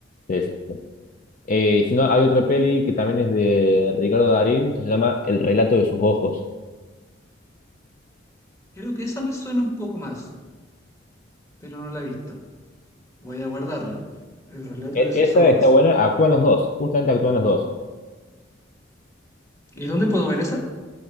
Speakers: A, on the left; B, on the left.
A: sí, sí, sí. Eh, si no, hay otra peli que también es de Ricardo Darín que se llama El relato de sus ojos.
B: Creo que esa me suena un poco más, pero no la he visto. Voy a guardarla. El relato
A: E-
B: de sus
A: esa
B: ojos.
A: está buena, actúan los dos, justamente actúan los dos.
B: ¿Y dónde puedo ver esa?